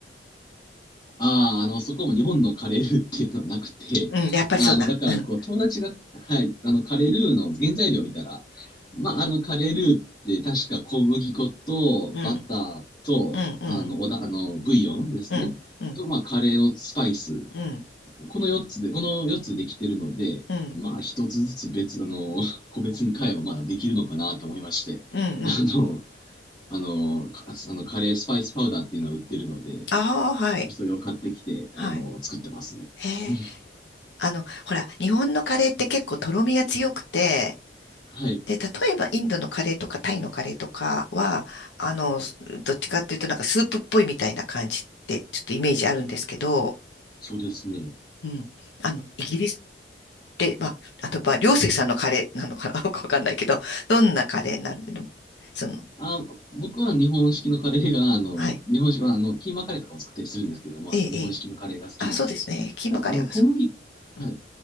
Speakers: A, on the left; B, on the left.
A: ああ、あの、そこも日本のカレールーっていうのはなくて、
B: うん。やっぱりそうな。
A: あの、だから、
B: うん。
A: こう、友達が、はい、あの、カレールーの原材料を見たら、まあ、あの、カレールーって確か小麦粉とバターと、
B: うん。うん。
A: あの、おだ、あの、ブイヨンですね。
B: うん。うん。
A: と、まあ、カレーのスパイス。
B: うん。うん。
A: この4つで、この4つできてるので、
B: うん。
A: まあ、1つずつ別、あの、個別に買えば、まあ、できるのかなと思いまして、
B: うんうん。
A: あの、あの、かあのカレースパイスパウダーっていうのは売ってるので、
B: ああ、はい。
A: それを買ってきて、
B: はい。
A: あの、作ってますね。
B: へえ。
A: <laughs>
B: あの、ほら、日本のカレーって結構とろみが強くて、
A: はい、
B: で、例えばインドのカレーとかタイのカレーとかは、あの、どっちかっていうとなんかスープっぽいみたいな感じってちょっとイメージあるんですけど、
A: そうですね。
B: うん。あの、イギリスって、まあ、あと、まあ、両関さんのカレーなのかな <laughs> よくわかんないけど、どんなカレーになるのその、
A: あ、僕は日本式のカレーが、あの、
B: はい。
A: 日本式、まああの、キーマカレーとかも作ったりするんですけども、
B: ええ、
A: あの、日本式のカレーが好きなので、
B: ええ。あ、そうですね。キーマカレーはそ
A: ただ、あの、小麦、
B: う。
A: はい。
B: うん。